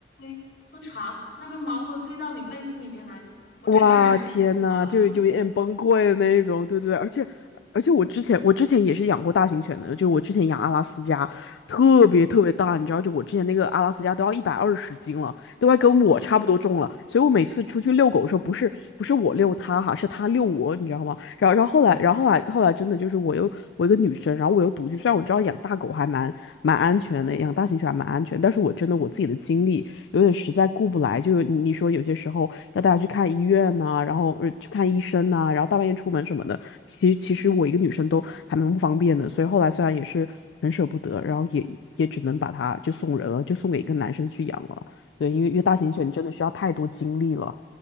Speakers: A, on the left; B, on the left.
A: 吹喝茶，那个毛会飞到你被子里面来，我整个人就啊，
B: 哇，天呐，就就有点崩溃的那种，对对对，而且而且我之前我之前也是养过大型犬的，就我之前养阿拉斯加，特别特别大，
A: <laughs> 嗯，
B: 你知道，就我之前那个阿拉斯加都要一百二十斤了，都快跟我差不多重了，
A: 哦，
B: 所以我每次出去遛狗的时候，不是不是我遛它哈，是它遛我，你知道吗？然后然后后来然后后来后来真的就是我又我一个女生，
A: 嗯
B: 然后我又独居，虽然我知道养大狗还蛮蛮安全的，养大型犬还蛮安全，但是我真的我自己的经历。有点实在顾不来，就你说有些时候要带它去看医院呐、然后呃去看医生呐、然后大半夜出门什么的，其实其实我一个女生都还蛮不方便的，所以后来虽然也是很舍不得，然后也也只能把它就送人了，就送给一个男生去养了。对，因为因为大型犬真的需要太多精力了，
A: 啊，